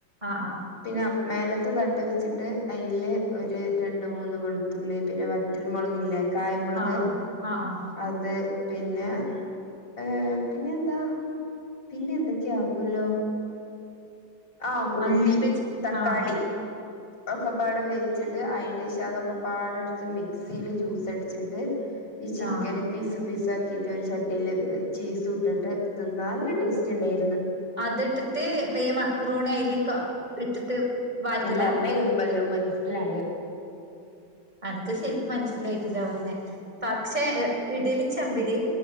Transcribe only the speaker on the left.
പിന്നെ മേലത്തെ തട്ട് വെച്ചിട്ട് അയില് ഒരു രണ്ട് മൂന്ന് വെളുത്തുള്ളി പിന്നെ വറ്റൽ മുളക് ഇല്ലേ കായമുളക്
അത് പിന്നെ ഏഹ് പിന്നെന്താ പിന്നെ എന്തൊക്കെയോ ആക്കുവല്ലോ ആഹ് ഉള്ളി,
തക്കാളി
ഒക്കെപ്പാടെ വേവിച്ചിട്ട് അതിന്റെ ശകം അതൊക്കെ പാടെ എടുത്ത് മിക്സിയില് ജ്യൂസ് അടിച്ചിട്ട് ഈ ചിക്കനും
പീസ് പീസ് ആക്കിയിട്ട് ഒരു ചട്ടിയില് ചീസ് ഇട്ടിട്ട് തിന്നാൽ‌ നല്ല ടേസ്റ്റ് ഉണ്ടായിരുന്നു
ഞാൻ പറഞ്ഞ നിങ്ങൾക്ക് വല്ലോം മനസ്സിലായോ